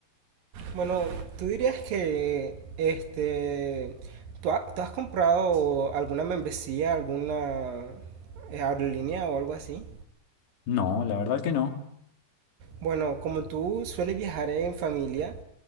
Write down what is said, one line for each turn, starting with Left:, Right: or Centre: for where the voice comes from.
Right: Bueno, ¿tú dirías que este tú, ha- tú has comprado alguna membresía, alguna eh, aerolínea o algo así?
Left: No, la verdad que no.
Right: Bueno, como tú sueles viajar en familia,